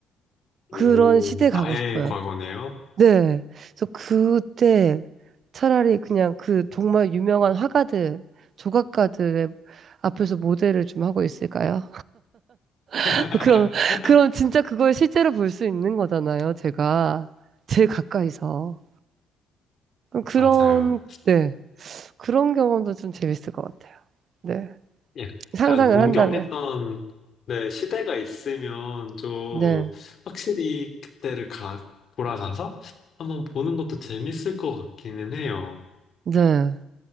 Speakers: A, on the right; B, on the left.
A: 그런
B: 오,
A: 시대 가고
B: 아예
A: 싶어요.
B: 과거네요.
A: 네. 그래서 그때 차라리 그냥 그 정말 유명한 화가들, 조각가들의 앞에서 모델을 좀 하고 있을까요?
B: <laughs>
A: <laughs> 그럼, 그럼 진짜 그걸 실제로 볼 수 있는 거잖아요, 제가. 제일 가까이서. 그런,
B: 맞아요.
A: 네. 그런 경험도 좀 재밌을 것 같아요. 네.
B: 약간
A: 상상을
B: 동경했던,
A: 한다면.
B: 네, 시대가 있으면 좀
A: 네.
B: 확실히 그때를 가, 돌아가서 한번 보는 것도 재밌을 것 같기는 해요.
A: 네.